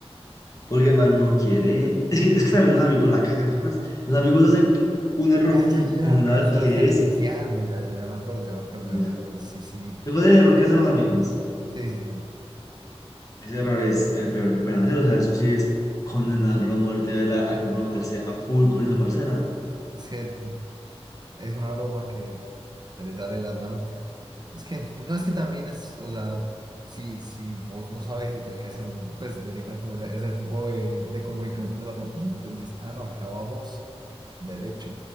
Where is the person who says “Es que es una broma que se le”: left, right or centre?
Right